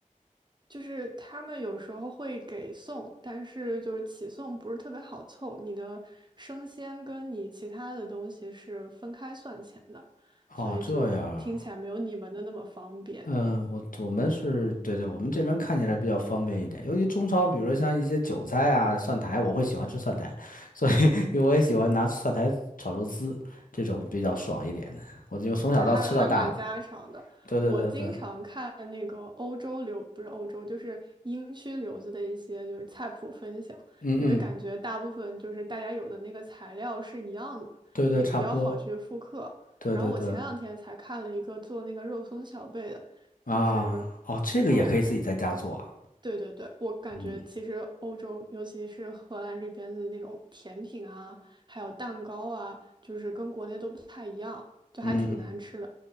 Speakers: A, on the right; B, on the left.
A: 就是他们有时候会给送，但是就是起送不是特别好凑，你的生鲜跟你其他的东西是分开算钱的，
B: 哦，
A: 所以就听起来没有你们的那么方便。
B: 这样，嗯，我我们是对对，我们这边看起来比较方便一点。尤其中超，比如说像一些韭菜啊、蒜苔，我会喜欢吃蒜苔，所以 <laughs> 因为我也喜欢拿蒜苔炒肉丝，这种比较爽一点。的。我就从小到吃到大的。
A: 哎，还还蛮家常的。
B: 对对对对，
A: 我经常看那个欧洲流，不是欧洲，就是英区留子的一些就是菜谱分享，
B: 嗯嗯，
A: 因为感觉大部分就是大家有的那个材料是一样的，
B: 对对，
A: 也比较好去复刻。
B: 差不多。对对对，
A: 然后我前两天才看了一个做那个肉松小贝的，
B: 啊，
A: 就是
B: 哦，这个也可以自己在家做啊。
A: 因为我对对对，我感觉其实欧洲，
B: 嗯
A: 尤其是荷兰这边的那种甜品啊，还有蛋糕啊，就是跟国内都不太一样，就还挺难吃的，
B: 嗯嗯，